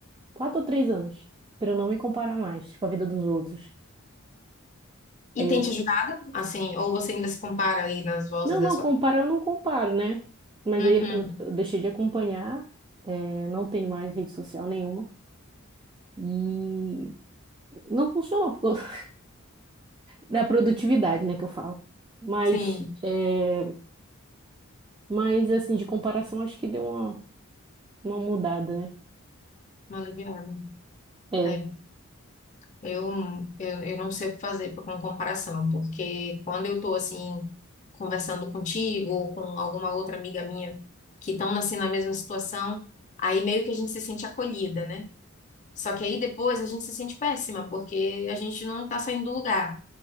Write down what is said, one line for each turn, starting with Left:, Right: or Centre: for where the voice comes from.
Right: quatro ou três anos, para eu não me comparar mais com a vida dos outros.
Left: E
Right: Aí
Left: tem
Right: eu,
Left: te ajudado? Assim, ou você ainda se compara aí nas vozes
Right: não,
Left: da
Right: não,
Left: sua.
Right: comparar eu não comparo, né? Mas
Left: Uhum,
Right: aí eu, eu- eu deixei de acompanhar, é, não tenho mais rede social nenhuma. E não funcionou por causa <laughs> da produtividade, né, que eu falo. Mas,
Left: sim,
Right: é, mas assim, de comparação, acho que deu uma, uma mudada, né?
Left: uma aliviada.
Right: é
Left: É, eu, eu, eu não sei o que fazer pra- com comparação, porque quando eu tô assim, conversando contigo ou com alguma outra amiga minha que estão assim na mesma situação, aí meio que a gente se sente acolhida, né? Só que aí depois a gente se sente péssima, porque a gente não tá saindo do lugar.